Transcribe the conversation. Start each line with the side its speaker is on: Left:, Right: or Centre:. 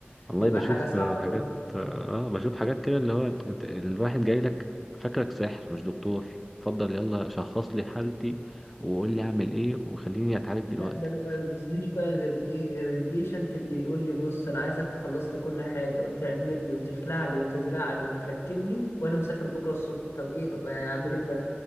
Centre: والله
Left: بيبقى
Centre: بشوف
Left: حاجه صعبه
Centre: آه، حاجات
Left: جدا
Centre: اه بشوف حاجات كده اللي هو انت الواحد جاي لك فاكرك ساحر مش دكتور اتفضل يلا شخص لي حالتي وقول لي اعمل ايه وخليني اتعالج
Left: لا
Centre: دلوقتي
Left: ده انا ما يبوظنيش بقى غير ايه غير البيشنت اللي يقول لي بص انا عايزك تخلص لي كل حاجه وتعمل لي وتخلع لي وتزرع لي وتركب لي وانا مسافر بكره الصبح طب ايه طب اعمل ايه طيب